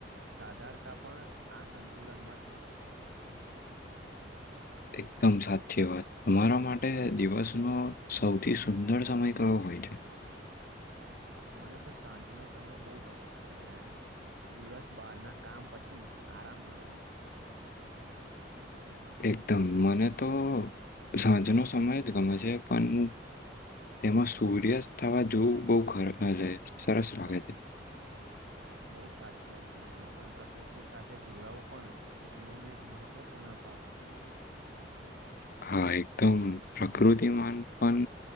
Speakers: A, on the right; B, on the left.
A: સાધારતા પણ આ સંતુલનમાં જ છે.
B: <inaudible> એકદમ સાચી વાત તમારા માટે દિવસનો સૌથી સુંદર સમય કયો હો. હોટ.
A: મને તો સાંજનો સમય બહુ ગમે છે ને. દિવસ બહારના કામ પછી આરામ મળે છે
B: <inaudible> <inaudible> એકદમ મને તો સાંજનો સમય જ ગમે છે પણ. તેમાં સૂર્યસ્ત થવા જોવું બહુ સરસ લાગે છે. <inaudible>
A: બઉુ સાચી વાત છે અને એમાં પણ પ્રકૃતિ સાથે જોડાવું પણ જીવનનું એક મહત્વપૂર્ણ વિ પાાગ છે
B: હા એકદમ પ્રકૃતિમાન પણ